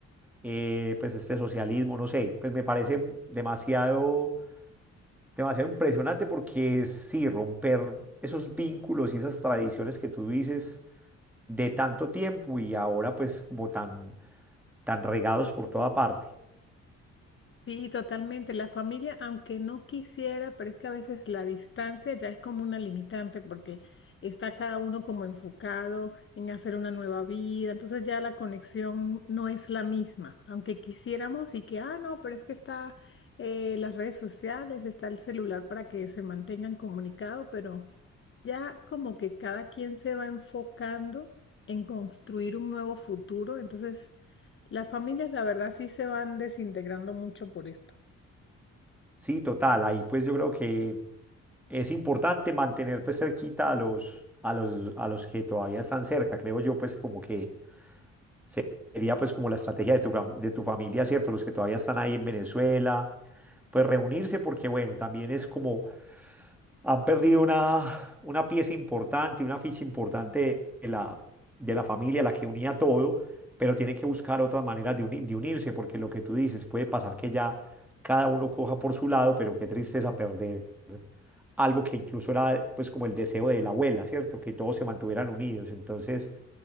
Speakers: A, in the centre; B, on the left (about 40°).
A: eh, pues este socialismo, no sé, pues me parece demasiado, demasiado impresionante porque sí, romper esos vínculos y esas tradiciones que tú dices de tanto tiempo y ahora pues como tan, tan regados por toda parte.
B: Sí, totalmente. La familia, aunque no quisiera, pero es que a veces la distancia ya es como una limitante porque está cada uno como enfocado en hacer una nueva vida, entonces ya la conexión no es la misma, aunque quisiéramos y que, ah, no, pero es que está eh, las redes sociales, está el celular para que se mantengan comunicados, pero... Ya como que cada quien se va enfocando en construir un nuevo futuro, entonces las familias la verdad sí se van desintegrando mucho por esto.
A: Sí, total. Ahí pues yo creo que es importante mantener pues cerquita a los, a los, a los que todavía están cerca. Creo yo pues como que se- Sería pues como la estrategia de tu, fam- de tu familia, ¿cierto? Los que todavía están ahí en Venezuela, pues reunirse porque bueno, también es como han perdido una, una pieza importante, una ficha importante de la, de la familia, la que unía todo, pero tienen que buscar otras maneras de, uni- de unirse, porque lo que tú dices, puede pasar que ya cada uno coja por su lado, pero qué tristeza perder algo que incluso era pues como el deseo de la abuela, ¿cierto? Que todos se mantuvieran unidos. Entonces